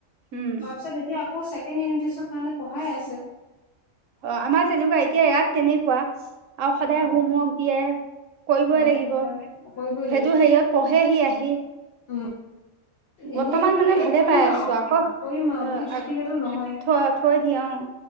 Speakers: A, on the right; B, on the left.
A: উম।
B: হোৱাৰপিছত এতিয়া আকৌ ছেকেণ্ড ইউনিট টেষ্টৰ কাৰনে পঢ়াই আছে।
A: অ' আমাৰ তেনেকুৱা এতিয়া ইয়াত তেনেকুৱা আৰু সদায়
B: অ
A: হোম ৱৰ্ক দিয়ে। কৰিবই
B: অ সেইটো
A: লাগিব,
B: সদায়
A: সেইটো
B: কৰিবই লাগিব
A: হেৰিয়াত পঢ়েহি আহি।
B: উম।
A: বৰ্তমান
B: এনেই এইদৰে
A: মানে ভালে
B: কৰিমা
A: পাই আছো
B: আৰু
A: আকৌ
B: অ' কৰিম আৰু
A: অ',
B: বুলি থাকিলেতো
A: আগ
B: নহয়।
A: থৈ থৈ দিয়ে অ'।